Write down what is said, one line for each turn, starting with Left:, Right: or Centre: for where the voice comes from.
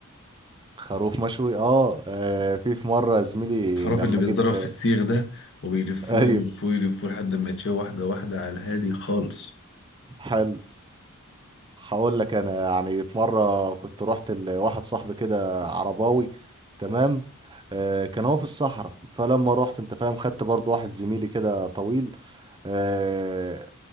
Right: خروف مشوي اه آه، في في مره يا زميلي
Left: الخروف
Right: لما
Left: اللي بيتضرب
Right: جيت
Left: في
Right: آه،
Left: السيخ ده وبيلفوه
Right: ايوه
Left: يلفوه يلفوه لحد ما يتشوي واحده واحده على الهادي خالص
Right: حلو هقول لك انا يعني في مره كنت رحت لواحد صاحبي كده عرباوي تمام آه كان هو في الصحراء فلما رحت انت فاهم خدت برضو واحد زميلي كده طويل آه